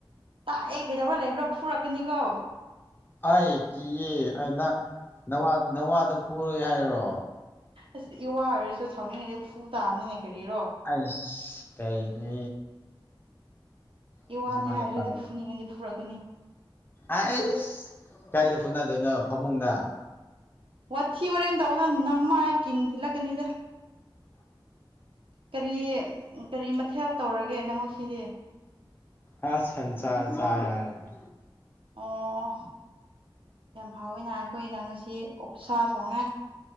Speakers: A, on the right (about 80°); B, on the left (about 25°).
A: ꯇꯥꯛꯑꯦ ꯀꯩꯗꯧꯕꯔꯥ ꯂꯩꯕ꯭ꯔꯣ ꯐꯨꯔꯛꯀꯅꯤꯒꯣ
B: ꯑꯩ ꯀꯤꯌꯦ ꯑ ꯅ ꯅꯋꯥꯗ ꯐꯔꯣꯏ ꯍꯥꯏꯔꯣ
A: ꯑꯁ ꯏꯋꯥ ꯑꯣꯏꯔꯁꯨ ꯁꯥꯎꯅꯤꯡꯉꯗꯤꯦ ꯐꯨ ꯇꯥꯕꯅꯤꯅꯦ ꯀꯔꯤꯔꯣ
B: ꯑꯁ ꯀꯩꯅꯦ
A: ꯏ
B: ꯑꯗꯨꯃꯥꯏ
A: ꯋꯥꯅꯤ ꯍꯥꯏꯔ꯭ꯔꯗꯤ
B: ꯇꯧ
A: ꯐꯨꯅꯤꯡꯉꯅꯤ ꯐꯨꯔꯛꯀꯅꯤ
B: ꯑꯩꯁ ꯀꯥꯏꯗ ꯐꯨꯅꯗꯣꯏꯅꯣ ꯐꯃꯨꯡꯗ
A: ꯋꯥꯊꯤ ꯋꯥꯔꯦꯝ ꯇꯧꯅ ꯅꯝꯃꯥꯏ ꯀꯤꯟ ꯊꯤꯜꯂꯛꯀꯅꯤꯗ ꯀꯔꯤ ꯀꯔꯤ ꯃꯊꯦꯜ ꯇꯧꯔꯒꯦ ꯅꯪꯣꯏ ꯁꯤꯗꯤ
B: ꯑꯥ ꯁꯟꯆꯥ ꯆꯥꯏ ꯍꯥꯏꯔꯒ
A: ꯑꯣ ꯌꯥꯝ ꯐꯥꯎꯋꯤꯅ ꯑꯩꯈꯣꯏꯅ ꯉꯁꯤ ꯑꯣꯛꯁꯥ ꯊꯣꯡꯉꯦ